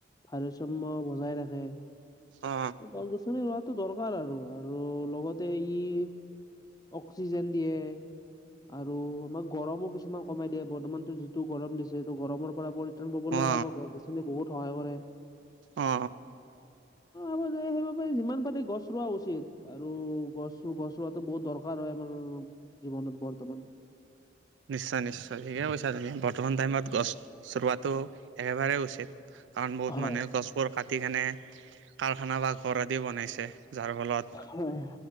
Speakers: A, on the left (about 20°); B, on the right (about 75°).
A: ভাৰসাম্ বজাই ৰাখে
B: অ
A: গল গছনি ৰোৱাটো দৰকাৰ আৰু আৰু লগতে এইখিনি অক্সিজেন দিয়ে আৰু আমাক গৰমো কিছুমান কমাই দিয়ে বৰ্তমানতো যিটো গৰম দিছে ত গৰমৰ পৰা পৰি ান পাববলৈ
B: অ
A: আমাৰ গছ গছনি বহুত সহায় কৰে
B: অ
A: অ দে যিমান পাতে গছ ৰোৱা উচিত আৰু গছ গছ ৰোৱাাতো বহুত দৰকাৰ হয় আানাৰ জীৱনত বৰ্তমান
B: নিশ্চয় নিশ্চয় ঠিকে কৈছা তুমি বৰ্তমান টাইমত গছ চলোৱাটো একেবাৰেেই উচিত কাৰণ বহুত
A: হয়
B: মানুহে গছবোৰ কাটি কেনে কাৰখানা বা ঘৰ আদি বনাইছে যাৰ ফলত
A: হয়